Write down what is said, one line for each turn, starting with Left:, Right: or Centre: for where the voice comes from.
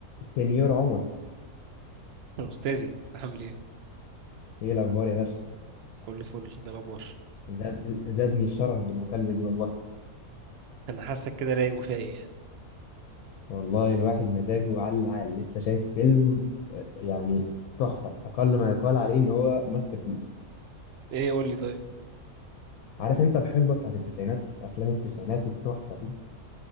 Left: سنيور عمر
Right: أستاذي عامل إيه؟
Left: ايه الاخبار يا باشا
Right: كل فل ده الأخبار
Left: زاد زادني الشرف بالمكالمه دي والله
Right: أنا حاسك كده رايق وفايق يعني
Left: والله الواحد مزاجه على العال لسه شايف فيلم آه، يعني تحفه اقل ما يقال عليه ان هو ماستر بيس
Right: إيه قول لي طيب؟
Left: عارف انت الحقبه بتاعت التسعينات افلام التسعينات التحفه دي